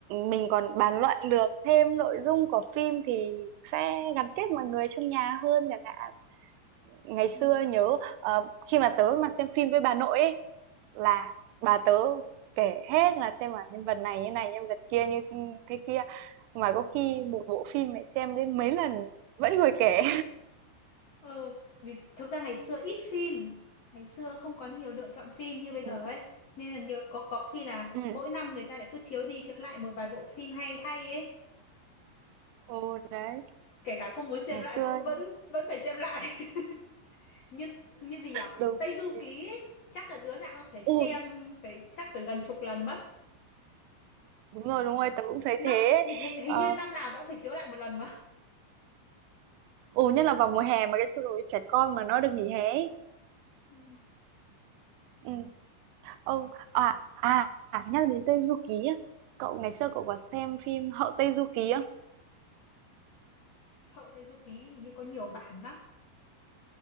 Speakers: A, on the right (about 85°); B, on the left (about 80°).
A: mình còn bàn luận được thêm nội dung của phim thì sẽ gắn kết mọi người trong nhà hơn chẳng hạn ngày xưa
B: Ừ.
A: nhớ ờ, khi mà tớ mà xem phim với bà nội ấy là bà tớ kể hết là xem là nhân vật này như này nhân vật kia như ừ, thế kia mà có khi một bộ phim mẹ xem đến mấy lần vẫn ngồi kể
B: Ừ, vì thực ra ngày xưa ít phim, ngày xưa không có nhiều lựa chọn phim như bây
A: <laughs>
B: giờ ấy. Nên là nhiều có có khi là
A: Ừ.
B: mỗi năm người ta lại cứ chiếu đi chiếu lại một vài bộ phim hay hay ấy.
A: Ồ đấy,
B: Kể cả không muốn xem
A: ngày
B: lại
A: xưa
B: cũng vẫn vẫn phải xem lại. <laughs> Như như gì nhỉ?
A: đúng
B: Tây Du
A: thế.
B: Ký ấy, chắc là đứa nào cũng phải xem
A: Ừ,
B: phải chắc phải gần chục lần mất.
A: đúng rồi, đúng rồi, tớ cũng thấy
B: Năm
A: thế.
B: hình, hình
A: Ờ,
B: như năm nào nó cũng phải chiếu lại một lần mà.
A: ừ, nhất là vào mùa hè mà cái tụi trẻ con mà nó được nghỉ hè ấy.
B: Ừ,
A: Ừ. Ông à à à, nhắc đến Tây Du Ký á. Cậu ngày xưa cậu có xem phim Hậu Tây Du Ký không?
B: Hậu Tây Du Ký hình như có nhiều bản lắm.